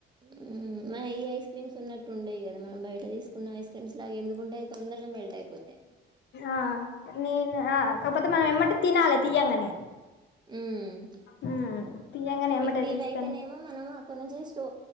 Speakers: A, on the right; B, on the left.
A: మూ మ ఈ ఐస్ క్రీమ్స్ ఉన్నట్టు ఉండయి గద మనం బయట తీసుకున్న ఐస్ క్రీమ్స్ లాగ ఎందుకుంటయి తొందరగ మెల్ట్ అయిపోతయి
B: ఆ నేను కాకపోతే మనం ఏమ్మటి తినాలి తీయంగానే
A: ఉం
B: మ్మ్ తీయంగానే ఎమ్మటే
A: ఇప్పుడు ఇవి
B: తీస్తేనే
A: అయితేనేమో మనం అక్కడ నుంచి స్టో